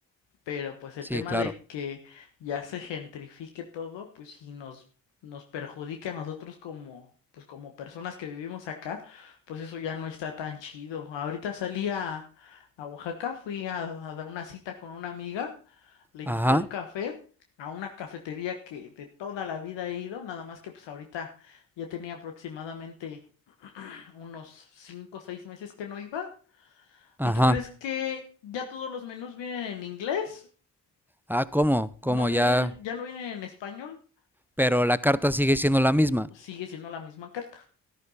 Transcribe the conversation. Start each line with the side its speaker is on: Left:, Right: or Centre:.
Left: Pero pues el
Centre: Sí,
Left: tema
Centre: claro.
Left: de que ya se gentrifique todo, pues sí nos, nos perjudica a nosotros como, pues como personas que vivimos acá, pues eso ya no está tan chido. Ahorita salí a, a Oaxaca, fui a, a dar una cita con una amiga, le
Centre: Ajá,
Left: invité un café a una cafetería que de toda la vida he ido, nada más que pues ahorita ya tenía aproximadamente <clears throat> unos cinco o seis meses que no iba.
Centre: ajá.
Left: ¿Y tú crees que ya todos los menús vienen en inglés?
Centre: Ah, ¿cómo? ¿Cómo
Left: no vienen,
Centre: ya?
Left: ya no vienen en español,
Centre: Pero la carta sigue siendo la misma.
Left: sigue siendo la misma carta.